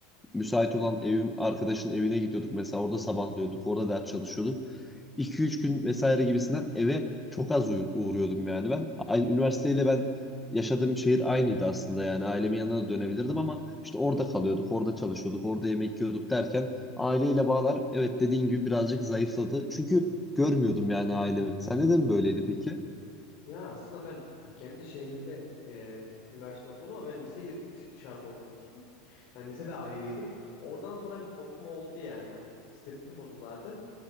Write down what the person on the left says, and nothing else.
Ya aslında ben e, kendi şehrimde e, üniversite okudum ama ben liseyi dış- dışarıda okumuştum. Yani lisede ayrıydım. Oradan sonra bir kopma oldu yani. Ben hissettim onu zaten.